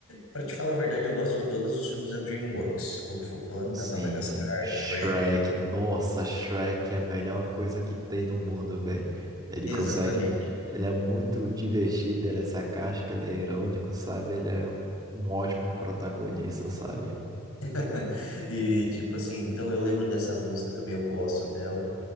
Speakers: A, on the left; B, on the right.
A: Pra te falar a verdade, eu gosto de todos os filmes da DreamWorks, Kung Fu Panda,
B: Sim,
A: Madagascar,
B: sim. Shrek,
A: Shrek.
B: nossa, Shrek é a melhor coisa que tem no mundo, velho. Ele
A: Exatamente.
B: consegue, ele é muito divertido, ele é sarcástico, ele é irônico, sabe? Ele é um ótimo protagonista, sabe?
A: <laughs> E tipo assim, então eu lembro dessa música também, eu gosto dela.